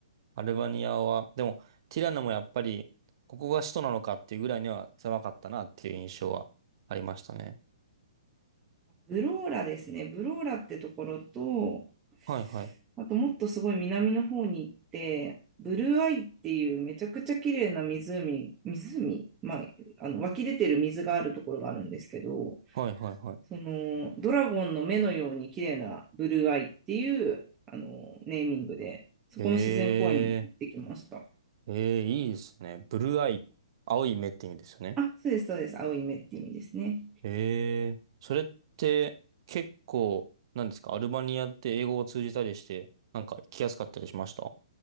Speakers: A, on the right (about 50°); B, on the right (about 20°).
A: アルバニアは、でも、ティラノもやっぱり、ここが首都なのかっていうぐらいには狭かったなっていう印象はありましたね。
B: ブローラですね。ブローラってところと、
A: はい、はい、
B: あともっとすごい南の方に行って、ブルーアイっていうめちゃくちゃ綺麗な湖、湖、まあ、あの湧き出てる水があるところがあるんですけど、
A: はい、はい、はい。
B: そのドラゴンの目のように綺麗なブルーアイっていうあのネーミングで、そこの自然公園に行ってきました。
A: えー、えー、いいですね。ブルーアイ、青い目って意味ですよね。
B: あ、そうです、そうです。青い目って意味ですね。
A: ええ、それって結構、なんですか、アルバニアって英語を通じたりして、なんか来やすかったりしました